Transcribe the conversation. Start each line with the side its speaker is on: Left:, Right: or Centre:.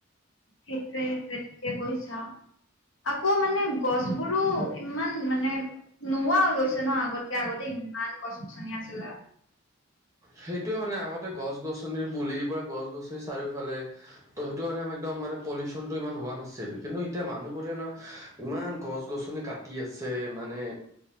Left: সেইটোয়ে সেইটোয়ে ঠিকে কৈছা। আকৌ মানে গছ বোৰো ইমান মানে নোহোৱা হৈ গৈছে ন আগতকে, আগতে ইমান গছ - গছনি আছিলে।
Right: সেইটোৱে মানে আগতে গছ - গছনিৰ পুলিৰ পৰা গছ - গছনি চাৰিওফালে ত' সেইটো কাৰণে একদম মানে পলিউচনটো ইমান হোৱা নাছিল। কিন্তু এতিয়া মানুহবোৰে ন ইমান গছ - গছনি কাটি আছে মানে